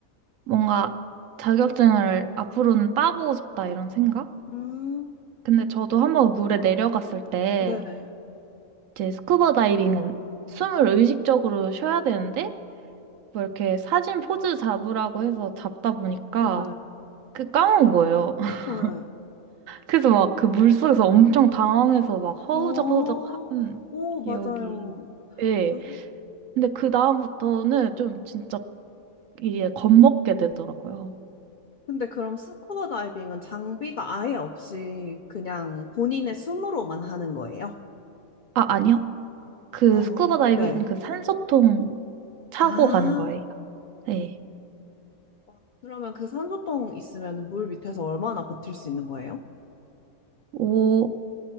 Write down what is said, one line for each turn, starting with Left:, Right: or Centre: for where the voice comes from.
Right: 뭔가 자격증을 앞으로는 따보고 싶다 이런 생각?
Left: 음,
Right: 근데 저도 한번 물에 내려갔을 때,
Left: 네,
Right: 이제 스쿠버 다이빙은 숨을 의식적으로 쉬어야 되는데, 뭐 이렇게 사진 포즈 잡으라고 해서 잡다 보니까
Left: 네,
Right: 그 까먹은 거예요. <laughs>
Left: 네.
Right: 그래서 막 그 물속에서 엄청 당황해서 막 허우적허우적
Left: 어,
Right: 한
Left: 오,
Right: 기억이.
Left: 맞아요.
Right: 예.
Left: 아,
Right: 근데 그 다음부터는 좀 진짜 이게 겁먹게 되더라고요.
Left: 근데 그럼 스쿠버 다이빙은 장비가 아예 없이 그냥 본인의 숨으로만 하는 거예요?
Right: 아, 아니요. 그
Left: 어,
Right: 스쿠버 다이빙은
Left: 네.
Right: 그 산소통 차고
Left: 아,
Right: 가는 거예요. 네.
Left: 와, 그러면 그 산소통 있으면 물 밑에서 얼마나 버틸 수 있는 거예요?
Right: 오,